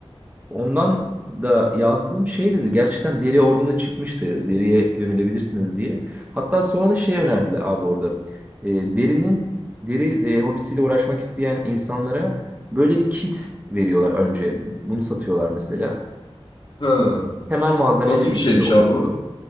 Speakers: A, on the right; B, on the left.
A: Ondan da yazdım şey dedi gerçekten deri orada da çıkmıştı deriye yönelebilirsiniz diye. Hatta sonra da şey önerdiler abi orada. E, derinin deri e, hobisiyle uğraşmak isteyen insanlara böyle bir kit veriyorlar önce. Bunu satıyorlar mesela.
B: Ha.
A: Temel malzemelerin
B: Nasıl bir şeymiş
A: içinde olduğu.
B: abi o?